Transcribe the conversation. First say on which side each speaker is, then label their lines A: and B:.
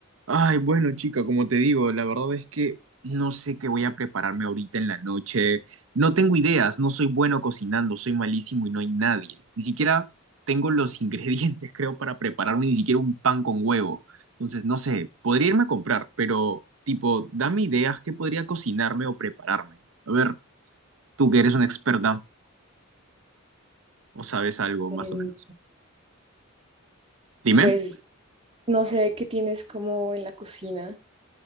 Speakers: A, on the right (about 70°); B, on the right (about 30°).
A: Ay, bueno, chica, como te digo, la verdad es que no sé qué voy a prepararme ahorita en la noche. No tengo ideas, no soy bueno cocinando, soy malísimo y no hay nadie. Ni siquiera tengo los <laughs> ingredientes, creo, para prepararme ni siquiera un pan con huevo. Entonces, no sé, podría irme a comprar, pero tipo, dame ideas que podría cocinarme o prepararme. A ver, tú que eres una experta o sabes algo más
B: Em,
A: o menos. Dime.
B: pues no sé qué tienes como en la cocina.